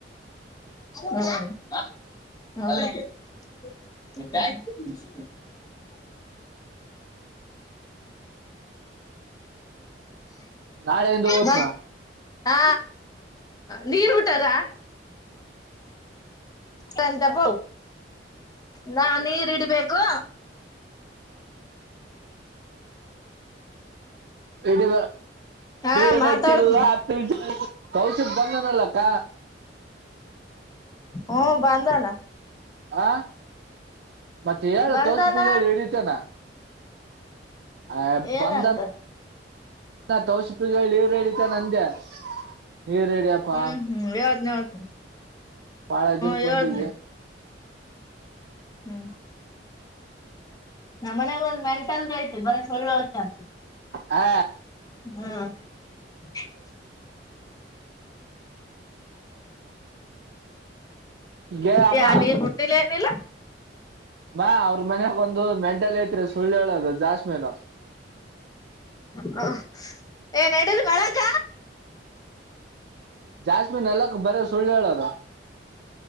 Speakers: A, on the left; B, on the right.
A: ಹ್ಮ
B: ನಾಳೆಯಿಂದ ಓತ್ನು
A: ಮ ಹಾ ನೀರ್ ಬಿಟರಾ ತಂತಪ ನಾ ನೀರಿಡ್ಬೇಕು
B: ಇಡೀ
A: ಹಾ
B: ಹಡಕಿಲ್ಲ
A: ಮಾತಾಡ್ತನ
B: ಹತ್ತು ಕೌಶಕ್ ಬಂದನಲ್ಲಕ್ಕ
A: ಹ್ಮ ಬಂದನ
B: ಹ ಮತ್ತೆ ಹೇಳು
A: ಬಂದಾನ
B: ತೋಸಪ ಹೇಳಿ ಹಿಡಿತೇನಾ ಆ
A: ಏನಂತ
B: ಬಧನ್ ನ ತೋಸಪಿಗೆನೀರ್ ಹಿಡಿತ ಅಂದೆ ನೀರ್ ಹಿ ಡಿಯಪ್ಪಾ
A: ಹ್ಮ್
B: ಅಂತ
A: ಹ್ಮ್ ಹೇಳ್ತನಿ ಹೇಳ್ತನಿ
B: ಬಹಳ
A: ಹ್ಮ್
B: ದಿನಕ್
A: ಹೇಳ್ತನಿ
B: ಬಂದಿ
A: ಹ್ಮ್ ನಮ್ಮನ್ಯಾಗ ಒಂದ್ ಮೆಂಟ್ ಅಲ್ ಆಯತು ಬರ ಸುಳ್ಳು ಅಸ
B: ಹಾ
A: ಹ್ಮ್
B: ಗೆ ಅಮ್ಮ
A: ಯಾ ನೀನ್ ಹುಟ್ಟಿಲ್ಲ ಏನಿಲ್ಲ
B: ಬಾ ಅವ್ರ ಮನ್ಯಾಗ ಒಂದು ಮೆಂಟಲ್ ಐತ್ ಸುಳ್ಳು ಹೇಳದು ಜಾಸ್ಮನ್
A: ಹ ಏನ್ ನಡಿರಿ ವಳಕ
B: ಜಾಸ್ಮಿನ್ ನಲಕ್ ಬರ ಸುಳ್ಳು ಹೇಳದು